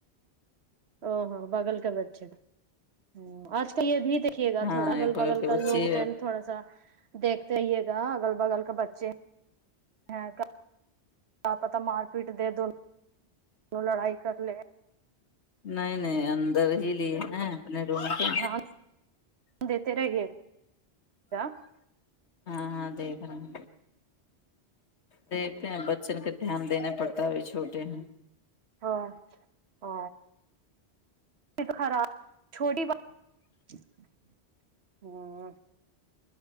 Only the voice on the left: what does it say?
ہاں
ایک بغل
کے بچے
نیں نیں اندر ہی لیے ہیں اپنے روم کے
ہاں ہاں دیکھ رہا ہ دیکھتے ہیں بچوں کا دھیان دینا پڑتا ہے ابی چھوٹے ہیں